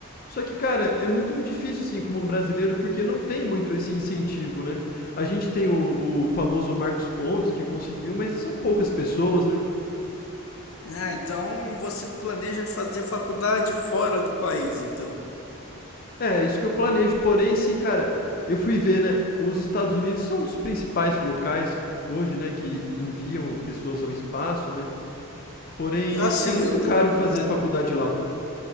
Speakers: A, on the left; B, on the left.
A: Só que, cara, é muito difícil, assim, como brasileiro, porque não tem muito esse incentivo, né? A gente tem o, o famoso Marcos Pontes, que conseguiu, mas são poucas pessoas, né?
B: Ah, então você planeja fazer faculdade fora do país, então.
A: É, isso que eu planejo. Porém, assim, cara, eu fui ver, né? Os Estados Unidos são um dos principais locais hoje, né? Que enviam pessoas ao espaço, né? Porém,
B: Ah, Assim,
A: é muito
B: eu
A: caro
B: não,
A: fazer
B: ah,
A: faculdade lá.